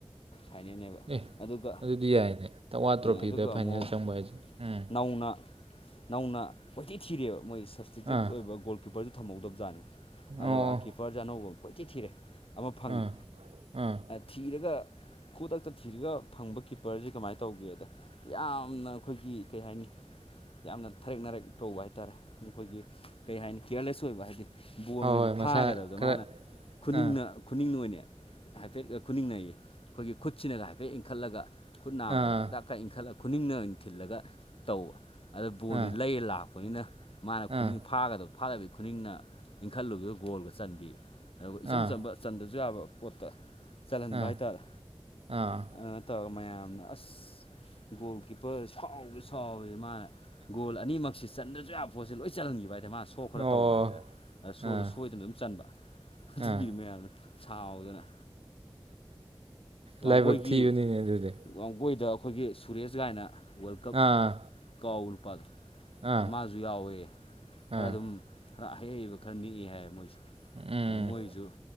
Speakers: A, on the left (about 70°); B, on the right (about 80°).
A: ꯍꯥꯏꯅꯅꯦꯕ
B: ꯑꯦ
A: ꯑꯗꯨꯒ
B: ꯑꯗꯨꯗꯤ ꯌꯥꯏꯅꯦ ꯇꯛꯋꯥ ꯇ꯭ꯔꯣꯐꯤꯗ
A: ꯑꯗꯨꯒ
B: ꯐꯥꯏꯅꯦꯜ
A: ꯑꯃꯨꯛ
B: ꯆꯪꯕ ꯍꯥꯏꯁꯦ ꯎꯝ
A: ꯅꯧꯅ ꯅꯧꯅ ꯑꯣꯏꯊꯤ ꯊꯤꯔꯦꯑꯕ ꯃꯣꯏ ꯁꯞꯁꯇꯦꯛꯇꯦꯠ
B: ꯑꯥ
A: ꯑꯣꯏꯕ ꯒꯣꯜ ꯀꯤꯄꯔꯁꯨ ꯊꯍꯧꯗꯕꯖꯥꯠꯅꯤ ꯑꯗꯨꯒ
B: ꯑꯣ
A: ꯀꯤꯄꯔꯁ ꯑꯅꯧꯕ ꯄꯣꯏꯊꯤ ꯊꯤꯔꯦ ꯑꯃ ꯐꯪꯉꯤ
B: ꯑꯥ ꯑꯥ
A: ꯊꯤꯔꯒ ꯈꯨꯗꯛꯇ ꯊꯤꯔꯒ ꯐꯪꯕ ꯀꯤꯞꯄꯔꯁꯦ ꯀꯃꯥꯏꯅ ꯇꯧꯒꯦꯗ ꯌꯥꯝꯅ ꯑꯩꯈꯣꯏꯒꯤ ꯀꯩ ꯍꯥꯏꯅꯤ ꯌꯥꯝꯅ ꯊꯔꯦꯛ ꯔꯦꯛ ꯇꯧꯕ ꯍꯥꯏꯇꯥꯔꯦ ꯑꯩꯈꯣꯏꯒꯤ ꯀꯩ ꯍꯥꯏꯅꯤ ꯀꯤꯌꯔꯂꯦꯁ ꯑꯁꯣꯏꯕ ꯍꯥꯏꯗꯤ ꯕꯣꯣꯟꯒꯁꯨꯦ
B: ꯍꯣꯏ ꯍꯣꯏ
A: ꯐꯥꯒꯗꯕꯗ
B: ꯃꯁꯥ ꯈꯔ
A: ꯃꯥꯅ ꯈꯨꯅꯤꯡꯅ
B: ꯑꯥ
A: ꯈꯨꯅꯤꯡꯅ ꯑꯣꯏꯅ ꯍꯥꯏꯐꯦꯠꯀ ꯈꯨꯅꯤꯡꯅꯩꯌꯦ ꯑꯩꯈꯣꯏꯒꯤ ꯈꯨꯠꯁꯤꯅꯒ ꯍꯥꯏꯐꯦꯠ ꯏꯟꯈꯠꯂꯒ ꯈꯨꯠ ꯅꯥꯝ
B: ꯑꯥ
A: ꯍꯤꯗꯥꯛ ꯀꯔ ꯏꯟꯈꯠꯂꯒ ꯈꯨꯅꯤꯡꯅ ꯑꯣꯏꯅ ꯊꯤꯜꯂꯒ ꯇꯧꯕ ꯑꯗꯨꯗ ꯕꯣꯟꯗꯨ
B: ꯑꯥ
A: ꯂꯩꯔ ꯂꯥꯛꯄ ꯑꯩꯈꯣꯏꯅ ꯃꯥꯅ ꯈꯨꯅꯤꯡ
B: ꯑꯥ ꯑꯥ
A: ꯐꯥꯒꯗꯕ ꯐꯥꯗꯕꯤꯒꯤ ꯈꯨꯅꯤꯡꯅ ꯏꯟꯈꯠꯂꯨꯕꯗ ꯒꯣꯜꯒ ꯆꯟꯕꯤ ꯑꯗꯨꯒ ꯏꯆꯝ
B: ꯑꯥ
A: ꯆꯝꯕ ꯆꯟꯗꯁꯨ ꯌꯥꯕ ꯄꯣꯠꯇ ꯆꯜꯍꯟꯕ
B: ꯑꯥ
A: ꯍꯥꯏꯇꯥꯔꯦ
B: ꯑꯥ
A: ꯑꯗꯨ ꯅꯠꯇꯧꯔꯒ ꯃꯌꯥꯝꯅ ꯑꯁ ꯒꯣꯜ ꯀꯤꯞ ꯄꯨ ꯁꯥꯎꯕ ꯁꯥꯎꯁꯦ ꯃꯥꯅ ꯒꯣꯜ ꯑꯅꯤꯃꯛꯁꯤ ꯆꯟꯗ꯭ꯔꯁꯨ ꯌꯥꯕ ꯄꯣꯠꯁꯦ ꯂꯣꯏ ꯆꯜꯍꯟꯈꯤꯕ ꯍꯥꯏ ꯑ ꯃꯥ ꯁꯣ ꯈꯔ
B: ꯑꯣ
A: ꯇꯧꯕ ꯍꯥꯏꯇꯥꯔꯦ ꯁꯣꯗꯣ
B: ꯑꯥ
A: ꯁꯣꯏꯗꯅ ꯑꯗꯨꯝ ꯆꯟꯕ ꯑꯗꯨꯒꯤꯗꯤ
B: ꯑꯥ
A: ꯃꯌꯥꯝꯗ ꯁꯥꯎꯗꯅ ꯋꯥꯡꯒꯣꯏꯒꯤ
B: ꯂꯥꯏꯕꯛ ꯊꯤꯕꯅꯤꯅꯦ ꯑꯗꯨꯗꯤ
A: ꯋꯥꯡꯒꯣꯏꯗ ꯑꯩꯈꯣꯏꯒꯤ ꯁꯨꯔꯦꯁ ꯒꯥꯏꯅ ꯋꯥꯔꯜ ꯀꯞ
B: ꯑꯥ
A: ꯀꯥꯎ ꯂꯨꯄꯥꯗꯣ
B: ꯑꯥ
A: ꯃꯥꯁꯨ ꯌꯥꯎꯋꯦ ꯈꯔ
B: ꯑꯥ
A: ꯑꯗꯨꯝ ꯈꯔ ꯑꯩꯕ ꯈꯔ ꯅꯅꯤꯛꯑ ꯍꯥꯏ ꯃꯣꯏꯁꯨꯦ
B: ꯎꯝ
A: ꯑ ꯃꯣꯏꯁꯨ